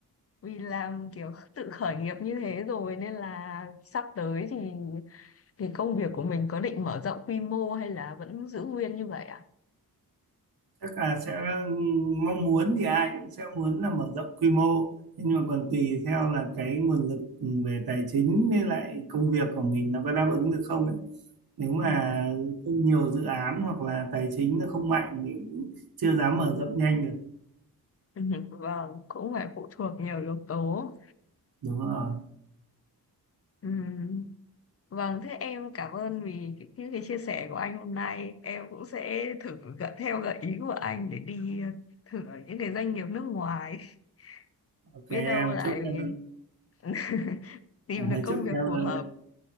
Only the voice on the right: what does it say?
chắc là sẽ mong muốn thì ai cũng sẽ muốn là mở rộng quy mô Thế nhưng mà còn tùy theo là cái nguồn lực về tài chính với lại công việc của mình nó có đáp ứng được không ấy nếu mà
không nhiều dự án hoặc là tài chính nó không mạnh thì cũng chưa dám mở rộng nhanh được
đúng rồi
ok
em
chúc em
<laughs>
chúc
em
rồi